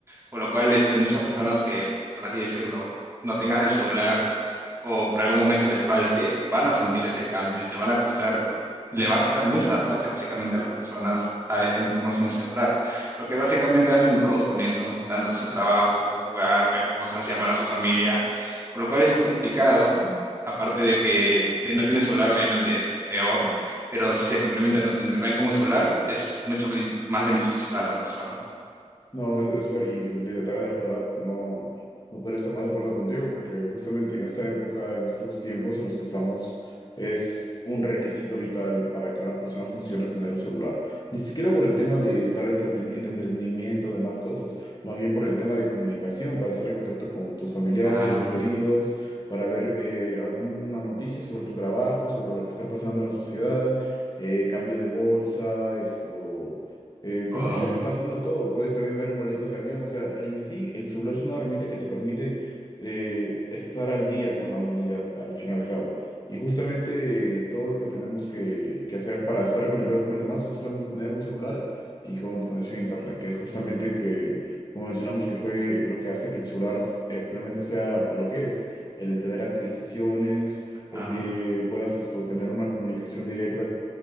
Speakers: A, on the right; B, on the left.
A: Por lo cual, este, muchas personas que, por así decirlo, no tengan el celular, o por algún momento les falte, van a sentir ese cambio y se van a costar, le va a costar mucho adaptarse básicamente a las personas a ese entorno sin celular, porque básicamente hacen todo con eso, tanto su trabajo, jugar, ver cosas, llamar a su familia, por lo cual es complicado. Aparte de que si no tiene celular, obviamente es peor, pero si se complementa tanto internet como solar es mucho vi- más beneficioso para la persona.
B: No, es, es ver- y literal, es verdad, no, no podría estar más de acuerdo contigo, porque justamente en esta época, en estos tiempos en los que estamos, es un requisito vital para que una persona funcione tener un celular. Ni siquiera por el tema de estar entreteni- de entretenimiento, de más cosas, más bien por el tema de comunicación, para estar en contacto con tus familiares,
A: Ah,
B: seres
A: no.
B: queridos, para ver eh, alguna noticia sobre tu trabajo, sobre lo que está pasando en la sociedad, eh, cambio de bolsa, esto eh,
A: Todo.
B: cómo está pasando todo. Puedes también ver boletos de avión. O sea, en sí, el celular es una herramienta que te permite eh, estar al día con la humanidad, al fin y al cabo. Y justamente eh, todo lo que tenemos que, que hacer para estar conectados con los demás es solamente tener un celular y con conexión a Internet, que es justamente que, como mencionamos, que fue lo que hace que el celular actualmente sea lo que es, el tener actualizaciones,
A: Ah,
B: el
A: no.
B: que puedas esto, tener una comunicación directa